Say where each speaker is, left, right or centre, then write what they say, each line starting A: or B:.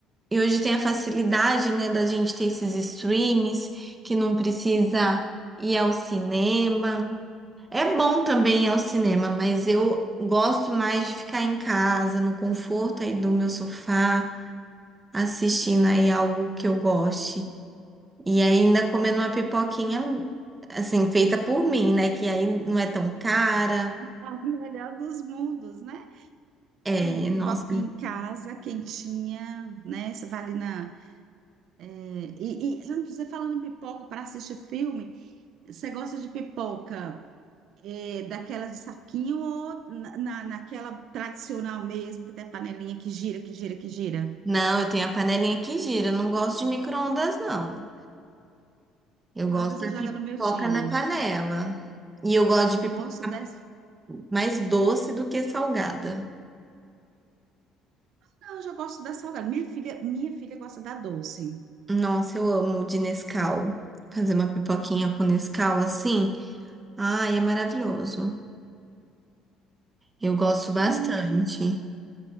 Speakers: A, on the right; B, on the right.
A: E hoje tem a facilidade, né, da gente ter esses streams que não precisa ir ao cinema. É bom também ir ao cinema, mas eu gosto mais de ficar em casa, no conforto aí do meu sofá, assistindo aí algo que eu goste. E ainda comendo uma pipoquinha, assim, feita por mim, né? Que aí não é tão cara.
B: <laughs> O melhor dos mundos, né?
A: É,
B: Ai, pipoquinha
A: nossa.
B: em casa, quentinha, né? Você vai ali na. eh, E, e antes, você falando em pipoca para assistir filme, você gosta de pipoca eh, daquela de saquinho ou na, na- naquela tradicional mesmo, que tem a panelinha que gira, que gira, que gira?
A: Não, eu tenho a panelinha que gira, eu não gosto de micro-ondas, não. Eu gosto
B: Aí você
A: da
B: joga
A: pipoca
B: no meu time.
A: na panela. E eu gosto de
B: Gosto
A: pipoca
B: dessa.
A: mais doce do que salgada.
B: Não, eu já gosto da salgada. Minha filha, minha filha gosta da doce.
A: Nossa, eu amo de Nescau. Fazer uma pipoquinha com Nescau assim, ai, é maravilhoso. Eu gosto bastante.
B: Ai,